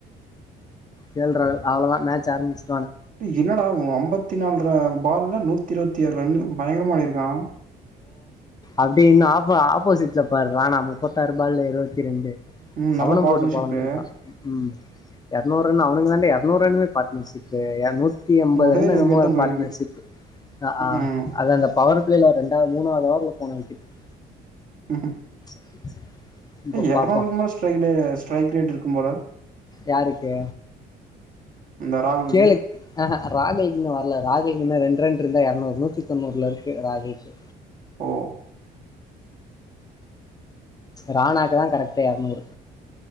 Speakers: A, on the left; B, on the right.
A: கேள்றா அவ்ளோதான் மேட்ச் ஆரம்பிச்சு
B: என்னடா உ அம் முப்பத்தி நால்ர பால்ல நூத்தி இருவத் த்தி ஆறு ரன்னு பயங்கரமா ஆடிருக்கா
A: அப்டி இன்னு ஆப்ப ஆப்போசிட்ல பார்றா நா முப்பத்தாறு பால்ல இருவத் ரெண்டு
B: ம்
A: சவணம்
B: நல்ல பார்ட்னர்ஷிப்பு
A: போட்டு பொலந்திருக்கா ம் எரநூறுன் அவனுக்கு வந்து எரநூறு ரன்னுமே பார்ட்னர்ஷிப் தே எ நூத்தி எம்பது
B: ஒரே
A: ரன் என்னமோ
B: விக்கெட் தா
A: ஒரு
B: போயிருக்கு
A: பார்ட்னர்ஷிப்பு அ ஆ
B: ம்
A: அது அந்த பவர் பிளேல ஒரு ரெண்டா மூணாவது அவர்ல போன <unintelligible>
B: <inaudible>
A: <unintelligible>
B: எரநூறுக்குமா
A: பார்ப்போம்
B: ஸ்டைடு ஸ்ட்ரைக் ரேட் இருக்கும் போல
A: யாருக்கு
B: இந்த ராகுலுக்கு
A: கேளு ஆஹ ராகுல்க்கு இன்னு வரல ராகுல்க்கு இன்னு ரெண்டு ரன் ருந்தா எரநூறு நூத்தி தொண்ணூறுல இருக்கு ராகேஷு
B: ஓ
A: ராணாக்குதா கரெக்ட்டு எரநூறு